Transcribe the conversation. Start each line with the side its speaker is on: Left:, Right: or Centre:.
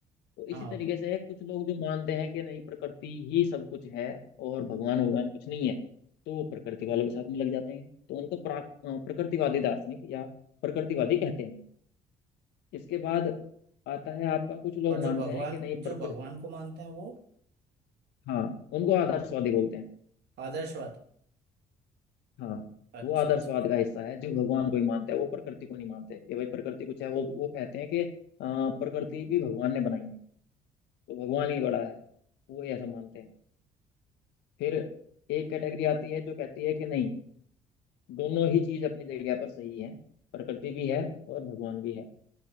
Left: तो इसी
Right: हाँ
Left: तरीके से है कुछ लोग जो मानते हैं कि नहीं प्रकृति ही सब कुछ है और भगवान भगवान कुछ नहीं है तो वो प्रकृति वालों के साथ में लग जाते हैं तो उनको प्राक- अ, प्रकृतिवादी दार्शनिक या प्रकृतिवादी कहते हैं इसके बाद आता है आपका कुछ लोग
Right: और जो
Left: मानते
Right: भगवान
Left: हैं कि नहीं
Right: जो
Left: प्रकृति
Right: भगवान को मानते हैं वो
Left: हाँ उनको आदर्शवादी बोलते हैं
Right: आदर्शवाद है।
Left: हाँ
Right: अच्छा
Left: वो आदर्शवाद
Right: अच्छा
Left: का हिस्सा है जो भगवान को ही मानते हैं वो प्रकृति को नहीं मानते कि भाई प्रकृति कुछ है वो वो कहते हैं कि अ, प्रकृति भी भगवान ने बनाई है तो भगवान ही बड़ा है वो ऐसा मानते हैं फिर एक कैटेगरी आती है जो कहती है कि नहीं दोनों ही चीज अपनी जगह पर सही है प्रकृति भी है और भगवान भी है